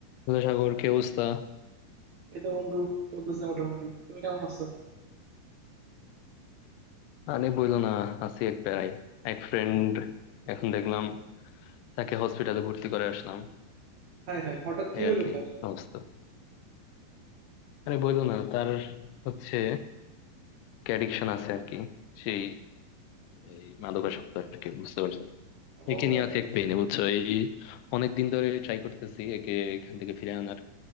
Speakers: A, on the left; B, on the right.
A: হ্যালো সাগর কি অবস্থা
B: এই তো বন্ধু চলতেছে মোটামুটি তুমি কেমন আছো
A: আরে বইলো না আছি এক প্যারাই এক ফ্রেন্ড এখন দেখলাম তাকে হসপিটালে ভর্তি করে আসলাম
B: হাই হাই হঠাৎ কি
A: এই
B: হলো
A: আর কি
B: তার
A: অবস্থা আরে বইলো না তার হচ্ছে অ্যাডিকশন আছে আর কি সেই এই মাদকাসক্ত আর কি বুঝতে পারছো
B: ও
A: একে নিয়ে আছি এক পেইনে বুঝছো এই অনেক দিন ধরে ট্রাই করতেছি একে এখান থেকে ফিরে আনার